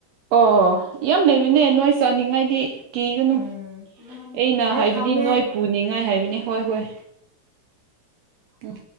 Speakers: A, on the right; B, on the left.
A: ꯑꯣ ꯌꯥꯝ ꯂꯩꯕꯅꯦ ꯅꯣꯏ ꯆꯥꯅꯤꯡꯉꯥꯏꯗꯤ ꯀꯤꯒꯅꯨ
B: ꯎꯝ
A: ꯑꯩꯅ
B: ꯑꯩ
A: ꯍꯥꯏꯕꯅꯤ
B: ꯊꯝꯃꯦ
A: ꯅꯣꯏ ꯄꯨꯅꯤꯡꯉꯥꯏ ꯍꯥꯏꯕꯅꯤ ꯍꯣꯏ ꯍꯣꯏ ꯎꯝ